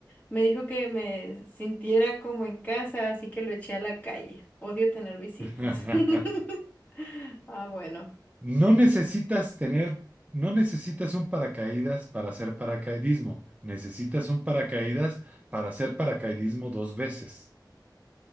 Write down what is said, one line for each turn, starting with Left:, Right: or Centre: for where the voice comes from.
Left: Me dijo que me sintiera como en casa, así que lo eché a la calle. Odio tener visitas.
Right: <laughs>
Left: <laughs> Ah, bueno.
Right: No necesitas tener, no necesitas un paracaídas para hacer paracaidismo. Necesitas un paracaídas para hacer paracaidismo dos veces.